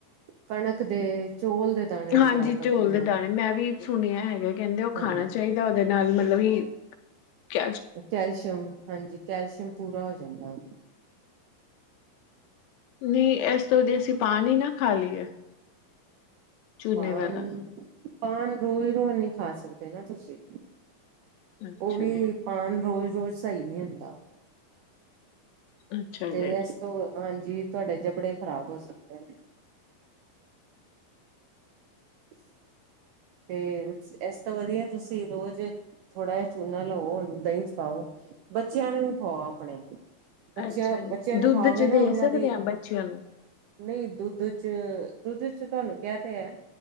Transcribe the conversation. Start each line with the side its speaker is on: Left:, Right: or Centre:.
Right: ਕਣਕ ਦੇ ਚੋਲ ਦੇ ਦਾਣੇ
Left: ਹਾਂਜੀ
Right: ਬਰਾਬਰ
Left: ਚੋਲ
Right: ਜਿੰਨਾ
Left: ਦੇ ਦਾਣੇ ਮੈਂ ਵੀ ਸੁਣਿਆ ਹੈਗਾ ਕਹਿੰਦੇ ਉਹ ਖਾਣਾ
Right: ਹਾਂਜੀ
Left: ਚਾਹੀਦਾ ਉਹਦੇ ਨਾਲ ਮਤਲਬ ਵੀ ਕ
Right: ਕੈਲਸ਼ੀਅਮ ਹਾਂਜੀ ਕੈਲਸ਼ੀਅਮ ਪੂਰਾ ਹੋ ਜਾਂਦਾ
Left: ਨਹੀਂ ਇਸ ਤੋਂ ਦੀ ਅਸੀਂ ਪਾਣੀ ਨਾ ਖਾ ਲਈਏ ਚੂਨੇ
Right: ਹਾਨ
Left: ਵਾਲਾ
Right: ਪਾਨ ਰੋਜ਼ ਰੋਜ਼ ਨੀ ਖਾ ਸਕਦੇ ਨਾ ਤੁਸੀਂ
Left: ਅੱਛਾ
Right: ਉਹ ਵੀ
Left: ਜੀ
Right: ਪਾਨ ਰੋਜ਼ ਰੋਜ਼ ਸਹੀ ਨਹੀ ਹੁੰਦਾ
Left: ਅੱਛਾ
Right: ਤੇ
Left: ਜੀ
Right: ਇਸ ਤੋਂ ਹਾਂਜੀ ਤੁਹਾਡੇ ਜਬੜੇ ਖ਼ਰਾਬ ਹੋ ਸਕਦੇ ਆ <inaudible> ਤੇ ਇਸ ਤੋਂ ਵਧੀਆ ਤੁਸੀਂ ਰੋਜ਼ ਥੋੜ੍ਹਾ ਜਿਹਾ ਚੂਨਾ ਲਓ ਦਹੀਂ ਚ ਪਾਓ ਬੱਚਿਆਂ ਨੂੰ ਵੀ ਖਵਾਓ ਆਪਣੇ ਬੱਚਿਆਂ
Left: ਅੱਛਾ ਜੀ
Right: ਬੱਚਿਆਂ ਨੂੰ
Left: ਦੁੱਧ
Right: ਖਾਓਗੇ
Left: ਚ
Right: ਨਾ
Left: ਦੇ
Right: ਉਹਨਾਂ
Left: ਸਕਦੇ
Right: ਦੀ
Left: ਹਾਂ ਬੱਚਿਆਂ ਨੂੰ
Right: ਨਹੀਂ ਦੁੱਧ ਚ ਦੁੱਧ ਚ ਤੁਹਾਨੂੰ ਕਿਆ ਤੇ ਹੈ